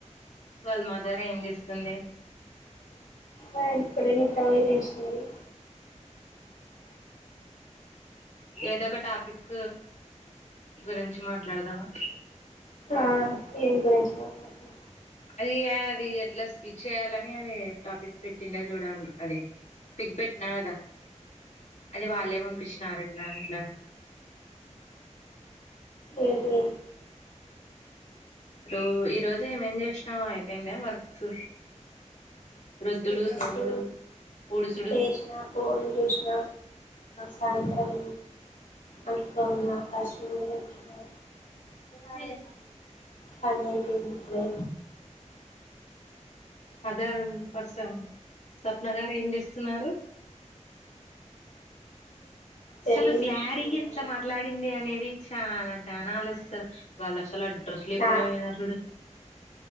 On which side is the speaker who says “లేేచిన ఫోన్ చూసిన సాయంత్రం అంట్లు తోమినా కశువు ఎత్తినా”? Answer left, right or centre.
Left